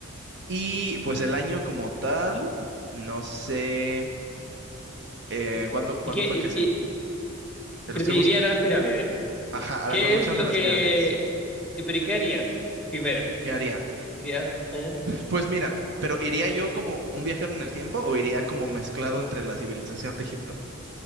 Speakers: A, on the right (about 50°); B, in the centre.
A: Y pues el año como tal, no sé eh,
B: ¿Y,
A: cuándo, cuándo
B: y qué-
A: fue que se...
B: y- y-
A: Lo
B: pero
A: estoy
B: seguiría
A: buscando.
B: las pirámides?
A: Ajá, a
B: ¿Qué
A: la construcción
B: es lo
A: de las
B: que...
A: pirámides.
B: y ¿Pero y qué harías primero?
A: ¿Qué haría?
B: ¿Querías... ¿Eh?
A: Pues mira, pero ¿iría yo como un viajero en el tiempo o iría como mezclado entre la civilización de Egipto?